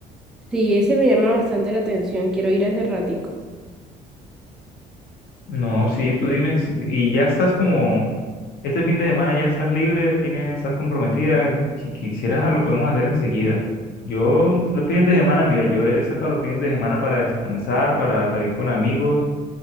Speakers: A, in the centre; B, on the left (about 65°).
A: sí, ese me llama bastante la atención, quiero ir hace ratico.
B: No, sí, tú dime, si- y ya estás como, este fin de semana ya estás libre, tienes, estás comprometida, si quisieras lo podemos hacer enseguida. Yo, los fines de semana, mira, yo he sacado los fines de semana para descansar, para salir con amigos,